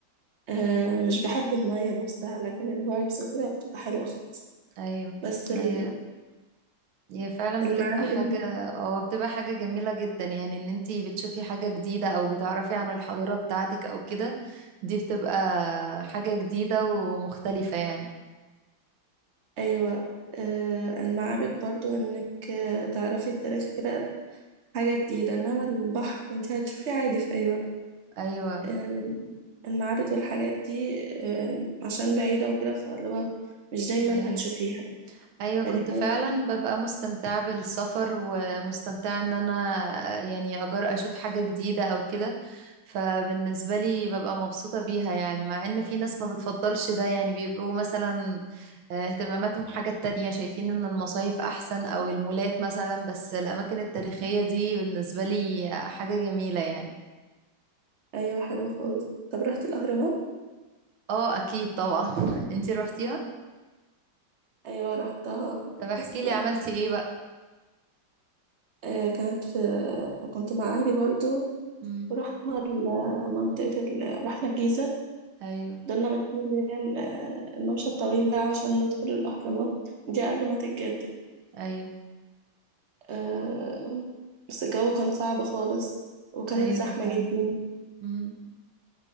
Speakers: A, on the right; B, on the right.
A: آه مش بحب المية نفسها لكن الفايبس وكده بتبقى حلوة خالص
B: أيوة
A: بس ال-
B: هي هي فعلا
A: المعابد
B: بتبقى حاجة اه بتبقى حاجة جميلة جدا يعني ان انتي بتشوفي حاجة جديدة أو بتعرفي عن الحضارة بتاعتك أو كده دي بتبقى حاجة جديدة ومختلفة يعني
A: أيوة آه، المعابد برضو إنك آه، تعرفي التاريخ كده حاجة جديدة إنما البحر أنت هتشوفيه عادي في أي وقت
B: أيوة
A: آه، المعابد والحاجات دي آه، عشان بعيدة وكده فاللي هو مش دايما
B: أيوة
A: هتشوفيها
B: ايوه كنت
A: فدي حاجة حلوة.
B: فعلا ببقى مستمتعة بالسفر ومستمتعة ان انا يعني اجر اشوف حاجة جديدة او كده فبالنسبة لي ببقى مبسوطة بيها يعني مع ان في ناس ما بتفضلش ده يعني بيبقوا مثلا آه، اهتماماتهم حاجات تانية شايفين ان المصايف احسن او المولات مثلا بس الاماكن التاريخية دي بالنسبة لي حاجة جميلة يعني
A: أيوة حلوة خالص طب رحت الأهرامات؟
B: اه اكيد طبعا <laughs> انتي روحتيها
A: أيوة رحتها
B: طب احكي
A: بس
B: لي عملتي ايه بقى
A: آه، كانت في كنت مع أهلي برضو
B: امم
A: ورحنا ال- منطقة ال... رحنا الجيزة
B: ايوه
A: ضلنا ماشيين اللي هي ال- الممشى الطويل ده عشان ندخل الأهرامات دي قبل ما تتجدد
B: ايوه
A: آه، بس الجو كان صعب خالص وكانت
B: ايوه
A: زحمة
B: فعلا
A: جدا
B: مم.